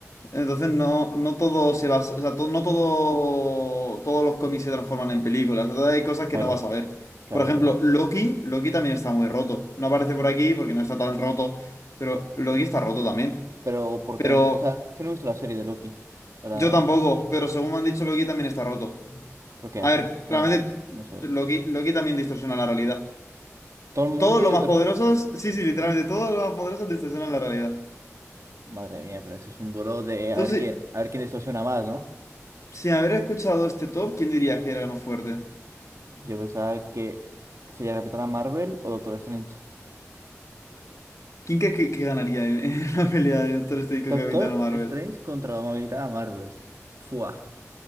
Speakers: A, on the left (about 80°); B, on the right (about 75°).
A: Entonces no, no todo se basa, o sea, to- no todo, todos los cómics se transforman en películas, entonces hay cosas que
B: claro,
A: no vas a ver.
B: claro,
A: Por ejemplo,
B: claro.
A: Loki, Loki también está muy roto. No aparece por aquí porque no está tan roto, pero Loki está roto también.
B: Pero, ¿por
A: Pero
B: qué? O sea, es que no he visto la serie de Loki para
A: yo tampoco, pero según me han dicho, Loki también está roto.
B: ¿Pero qué
A: A
B: hace?
A: ver,
B: Ah,
A: realmente
B: bueno, no sabes.
A: Loki, Loki también distorsiona la realidad.
B: Todo el mundo
A: Todos los
B: distorsiona.
A: más poderosos, sí, sí, literalmente todos los más poderosos distorsionan la realidad.
B: Madre mía, pero ese es un duelo de
A: Entonces,
B: a ver qué, a ver quién distorsiona más, ¿no?
A: sin haber escuchado este top, ¿quién dirías que era el más fuerte?
B: Yo pensaba que sería Capitana Marvel o Doctor Strange.
A: ¿Quién crees que, que ganaría en, en <laughs> una pelea de Doctor Strange
B: Doctor
A: con Capitana Marvel?
B: Strange contra la Capitana Marvel. Fua.